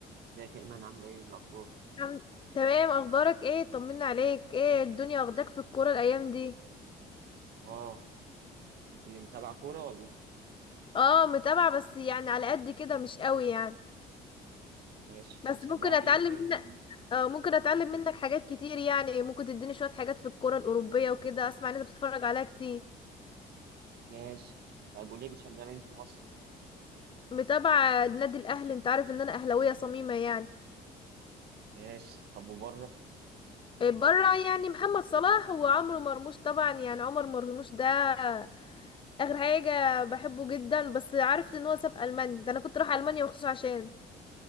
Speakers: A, on the right; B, on the left.
A: ازيك يا ايمان عامله ايه الاخبار
B: الحمد تمام اخبارك ايه طمنا عليك ايه الدنيا واخداك في الكوره الايام دي
A: اه انت متابعه كوره ولا
B: اه متابعه بس يعني على قد كده مش قوي يعني
A: ماشي
B: بس
A: بتشجعي
B: ممكن اتعلم
A: مين طيب
B: منك
A: في مصر
B: اه ممكن اتعلم منك حاجات كتير يعني ممكن تديني شويه حاجات في الكوره الاوروبيه وكده اسمع ان انت بتتفرج عليها كتير
A: ماشي طب قولي بتشجعي مين في مصر
B: متابعه نادي الاهلي انت عارف ان انا اهلاويه صميمه يعني
A: ماشي طب وبره
B: إيه، بره يعني محمد صلاح وعمرو مرموش طبعا يعني عمر مرموش ده آه، اخر حاجه بحبه جدا بس عرفت ان هو ساب المانيا ده انا كنت رايحه المانيا مخصوص عشان